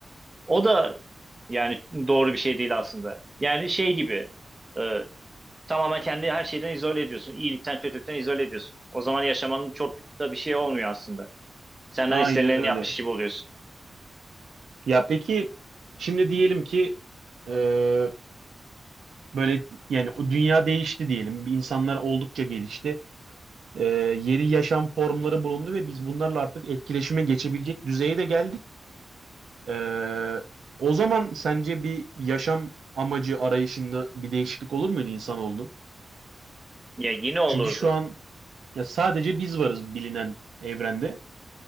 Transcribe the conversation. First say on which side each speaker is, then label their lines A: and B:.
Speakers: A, on the right; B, on the right.
A: o da yani doğru bir şey değil aslında. Yani şey gibi. e, Tamamen kendi her şeyden izole ediyorsun. İyilikten, kötülükten izole ediyorsun. O zaman yaşamanın çok da bir şey olmuyor aslında. Senden
B: Aynen
A: istenileni
B: öyle.
A: yapmış gibi oluyorsun.
B: Ya peki şimdi diyelim ki e, böyle yani o dünya değişti diyelim. İnsanlar oldukça gelişti. E, yeni yaşam formları bulundu ve biz bunlarla artık etkileşime geçebilecek düzeye de geldik. Ee, o zaman sence bir yaşam amacı arayışında bir değişiklik olur muydu insanoğlunun?
A: Ya yine olurdu.
B: Çünkü şu an ya sadece biz varız bilinen evrende.